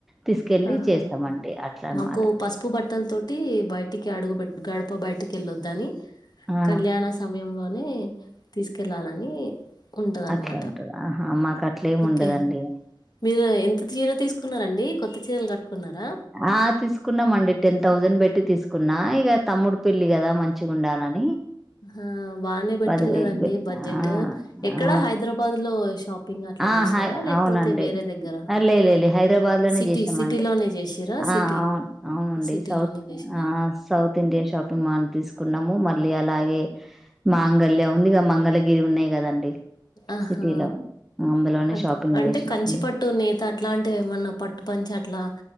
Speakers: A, in the centre; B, on the left.
A: తీసుకెళ్ళి
B: ఆహా
A: చేస్తామండి అట్లా అనమాట
B: మాకు పసుపు బట్టల తోటి బయటికి అడుగు పె గడప ప బయటికి వెళ్ళొద్దని
A: ఆ
B: కళ్యాణ సమయంలోనే తీసుకెళ్ళాలని ఉంటదనమాట.
A: అట్లా ఉంటది ఆహా మాకు అట్లేమి
B: ఓకే.
A: ఉండదండి
B: మీరు ఎంత చీర తీసుకున్నారండి కొత్త చీరలు కట్టుకున్నారా?
A: ఆ తీసుకున్నాంమండి టెన్ థౌజండ్ పెట్టి తీసుకు కున్నా ఇగ తమ్ముడు పెళ్లి కదా మంచిగా ఉండాలని
B: ఆ బానే పెట్టారు
A: పదివేలు
B: కదండి
A: పెట్టిన
B: బడ్జెట్
A: ఆ
B: ఎక్కడ
A: ఆ
B: హైదరాబాద్ లో వైష్ షాపింగ్ అట్లా
A: ఆ
B: చేసిరా
A: హై
B: లేకపోతే
A: అవునండి
B: వేరే దగ్గర
A: ఆ, లే లే లే హైదరాబాద్ లోనే
B: సిటీ
A: చేసామండి
B: సిటీ లోనే చేసిరా సిటీ
A: ఆ అవును అవునండి
B: సిటీలోనే
A: సౌత్
B: చేసినా
A: ఆ సౌత్ ఇండియా షాపింగ్ మాల్ తీసుకున్నాం మళ్ళీ అలాగే మాంగళ్యా ఉంది ఇక మంగళగిరి ఉన్నాయి కదండి
B: ఆహా
A: సిటీలో అందులోనే
B: అదే
A: షాపింగ్
B: అంటే
A: చేసినాం
B: కంచి
A: ఉమ్.
B: పట్టు నేత అట్లాంటివి ఏమన్నా పట్టు పంచి అట్లా